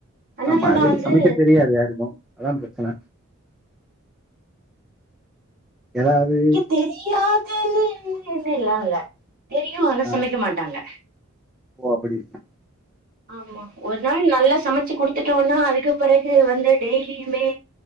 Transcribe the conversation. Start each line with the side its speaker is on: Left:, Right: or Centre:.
Right: அதனால
Centre: ஆமா
Right: நா
Centre: அது
Right: வந்து
Centre: சமைக்க தெரியாது யாருக்கு அதா பிரச்சன ஏன்னா அது
Right: தெரியாதுன்னுன்னலால்ல தெரியு ஆனா
Centre: ஆ
Right: சமைக்க மாட்டாங்க
Centre: ஓ அப்பிடி
Right: ஆமாம் ஒரு நாள் நல்லா சமைச்சு குடுத்துட்டோனா அதுக்கு பிறகு வந்த டெய்லியுமே